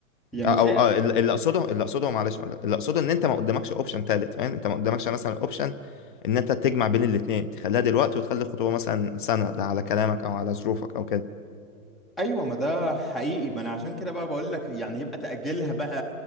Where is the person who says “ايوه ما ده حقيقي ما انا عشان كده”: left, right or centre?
Centre